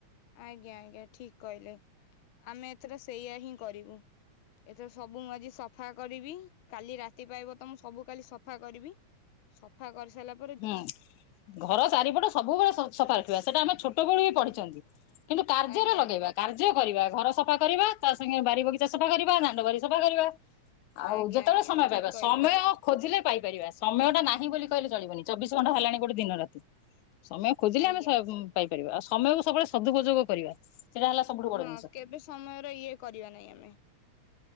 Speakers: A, on the left; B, on the left.
A: ଆଜ୍ଞା ଆଜ୍ଞା ଠିକ୍ କହିଲେ। ଆମେ ଏଥର ସେଇଆ ହିଁ କରିବୁ ଏଥର ସବୁଁ ଆଜି ସଫ ସଫା କରିବି କାଲି ରାତି ପାଇବ ତ ମୁଁ ସବୁ କାଲି ସଫା କରିବି ସଫା କରିସାରଇଲା
B: ହୁଁ ଘର ଚାରିପଟ ସବୁବେଳେ ସ ସଫା ରଖିବା ସେଟା ଆମ ଛୋଟ ବେଳୁ ହି ପଢିଛନ୍ତି କିନ୍ତୁ କାର୍ଯ୍ୟରେ
A: ଆଜ୍ଞା
B: ଲଗେଇବା। କାର୍ଯ୍ୟ କରିବା ଘର ସଫା କରିବା ତା ସାଙ୍ଗେ ବାରି ବଗିଚା ସଫା କରିବା ଦାଣ୍ଡ ବାରି ସଫା କରିବା। ଆଉ
A: ଆଜ୍ଞା
B: ଯେତବଳେ
A: ଆଜ୍ଞା
B: ସମୟ
A: ଠିକ
B: ପାଇବ
A: କହିଲେ।
B: ସମୟ ଖୋଜିଲେ ପାଇପାରିବା ସମୟଟା ନାହିଁ ବୋଲି କହିଲେ ଚଳିବନି ଚବିଶ ଘଣ୍ଟା ହେଲାଣି ଗୋଟେ ଦିନ ରାତି। ସମୟ ଖୋଜିଲେ
A: ଆଜ୍ଞା
B: ଆମେ ସ ପାଇପାରିବା ଆଉ ସମୟକୁ ସବୁବେଳେ ସଦୁପଯୋଗ କରିବା ସେଇଟା ହେଲା ସବୁଠୁ ବଡ
A: ହଁ
B: ଜିନିଷ
A: କେବେ ସମୟର ଇଏ କରିବା ନାହିଁ ଆମେ।